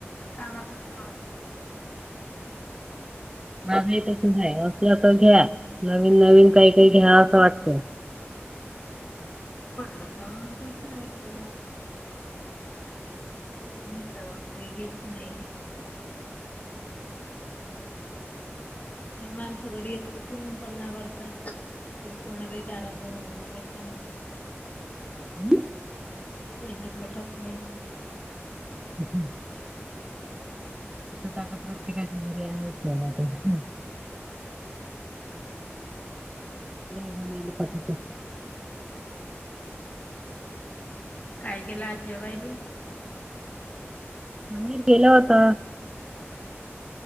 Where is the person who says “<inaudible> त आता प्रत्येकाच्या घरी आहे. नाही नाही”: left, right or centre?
Right